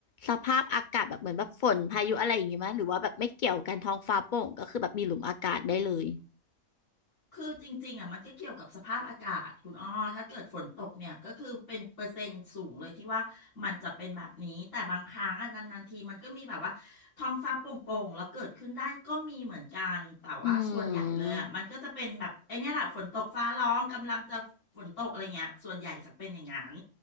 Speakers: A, on the left; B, on the left.
A: สภาพอากาศแบบเหมือนแบบฝนพายุอะไรอย่างงี้มั้ยหรือว่าแบบไม่เกี่ยวกันท้องฟ้าโปร่งก็คือแบบมีหลุมอากาศได้เลย
B: คือจริงๆอ่ะมันก็เกี่ยวกับสภาพอากาศคุณอ้อถ้าเกิดฝนตกเนี่ยก็คือเป็นเปอร์เซ็นต์สูงเลยที่ว่ามันจะเป็นแบบนี้ แต่บางครั้งอ่ะนานๆทีมันก็มีแบบว่าท้องฟ้าโปร่งๆแล้วเกิดขึ้นได้ก็มีเหมือนกัน แต่ว่าส่วนใหญ่เลยอ่ะมันก็จะเป็นแบบไอ้เนี่ยแหละฝนตกฟ้าร้องกำลังจะฝนตกอะไรเงี้ยส่วนใหญ่จะเป็นอย่างนั้น
A: อืม